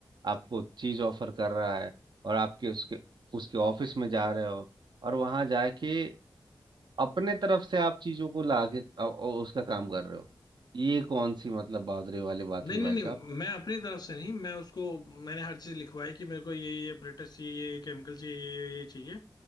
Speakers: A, on the right; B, on the left.
A: आपको चीज़ ऑफर कर रहा है और आपके उसके उसके ऑफिस में जा रहे हो और वहाँ जाके अपने तरफ से आप चीजों को ला के अ- अ- उसका काम कर रहे हो ये कौन सी मतलब बादरे वाली बात
B: नहीं
A: हुई
B: नहीं
A: भाई
B: नहीं
A: साहब
B: मैं अपनी तरफ से नहीं मैं उसको मैंने हर चीज लिखवाई कि मेरे को ये ये ब्रेटस चाहिए ये केमिकल चाहिए ये ये ये चाहिए